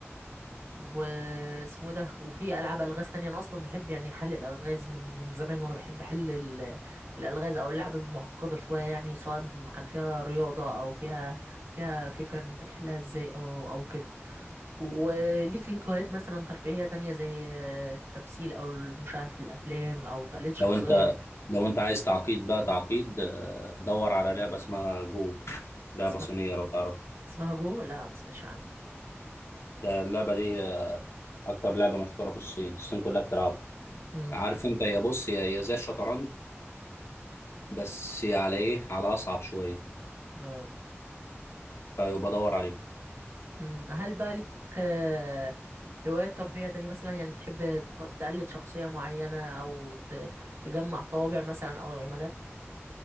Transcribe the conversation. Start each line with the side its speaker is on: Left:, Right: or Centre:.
Right: واسمه ده وفي العاب الغاز تانية انا اصلا بحب يعني حل الالغاز من من زمان وانا بحب احل ال- الالغاز او اللعب المعقده شويه يعني سواء كان فيها رياضه او فيها فيها فكره ان انت تحلها ازاي او او كده وليك ليك هوايات مثلا ترفيهيه تانية زي التمثيل او مشاهده الافلام او تقليد شخصيه
Left: لو انت لو انت عايز تعقيد بقى تعقيد آه، دور على لعبه اسمها جو لعبه
Right: اسمها
Left: صينيه لو تعرفها
Right: اسمها جو لا ما سمعتش عنها
Left: ده اللعبه دي آه، اكتر لعبه مشهوره في الصين الصين كلها بتلعبها
Right: امم
Left: عارف انت يا بص يا يا زي الشطرنج بس على ايه على اصعب شويه
Right: اه
Left: فيبقى دور عليه
Right: مم، هل بقى لك آه، هوايات ترفيهية تانية مثلا يعني بتحب تف- تقلد شخصية معينة أو ت- تجمع طوابع مثلا أو عملات